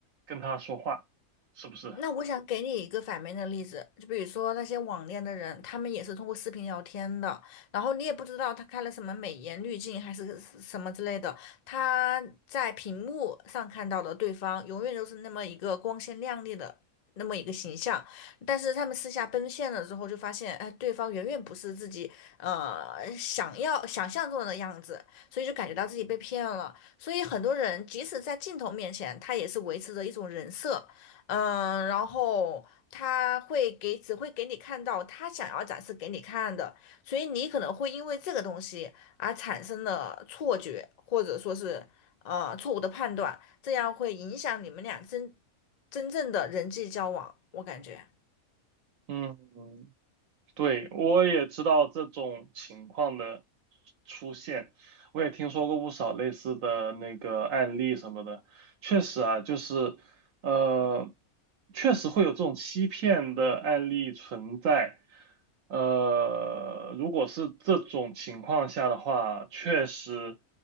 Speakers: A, on the right (about 70°); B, on the left (about 90°).
A: 跟他说话，是不是？
B: 那我想给你一个反面的例子，就比如说那些网恋的人，他们也是通过视频聊天的，然后你也不知道他开了什么美颜滤镜还是什么之类的，他在屏幕上看到的对方永远都是那么一个光鲜亮丽的那么一个形象，但是他们私下奔现了之后，就发现，哎，对方远远不是自己呃想要想象中的样子，所以就感觉到自己被骗了。所以很多人即使在镜头面前，他也是维持着一种人设。嗯，然后他会给，只会给你看到他想要展示给你看的，所以你可能会因为这个东西而产生了错觉，或者说是呃错误的判断，这样会影响你们俩真真正的人际交往，我感觉。
A: 嗯，对，我也知道这种情况的出现，我也听说过不少类似的那个案例什么的。确实啊，就是呃，确实会有这种欺骗的案例存在。呃，如果是这种情况下的话，确实，